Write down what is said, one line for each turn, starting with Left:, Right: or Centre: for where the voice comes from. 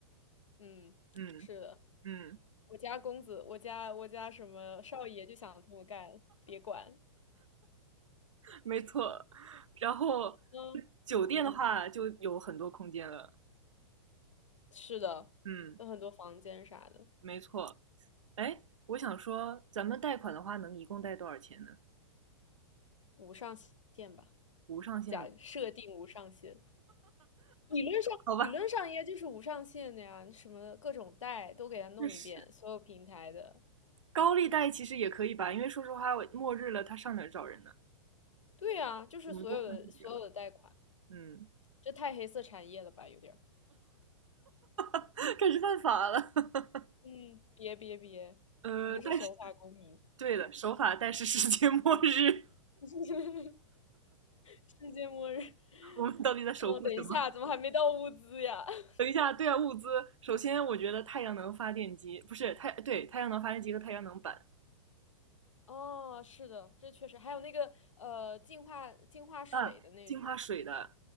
Left: 嗯，
Right: 嗯
Left: 是的，
Right: 嗯，
Left: 我家公子，我家我家什么少爷就想这么干，别管。
Right: 没错。然后
Left: 嗯嗯，
Right: 酒店的话就有很多空间了。
Left: 是的，
Right: 嗯，
Left: 有很多房间啥的。
Right: 没错。哎，我想说，咱们贷款的话能一共贷多少钱呢？
Left: 无上限吧，
Right: 无上限吗？
Left: 假设定无上限。理论上，
Right: <laughs> 好吧，
Left: 理论上应该就是无上限的呀，什么各种贷都给他弄一遍，
Right: 确
Left: 所有平台的。
Right: 高利贷其实也可以吧，因为说实话，末日了，他上哪儿找人呢？
Left: 对啊，就是所有的所有的贷款，
Right: 我们都犯抑郁了，嗯
Left: 这太黑色产业了吧，有点儿。
Right: <laughs>，开始犯法了。<laughs>
Left: 嗯，别别别，
Right: 呃，
Left: 我们是守法公民。
Right: 但是对的，守法但是世界末日，
Left: <laughs> 世界末日。
Right: 我们到底在守护什么？
Left: 哦，等一下，怎么还没到物资呀？
Right: <laughs>
Left: <laughs>
Right: 等一下，对啊，物资，首先我觉得太阳能发电机不是太对，太阳能发电机和太阳能板，
Left: 哦，是的，这确实还有那个呃，净化净化水的那种，
Right: 嗯，净化水的，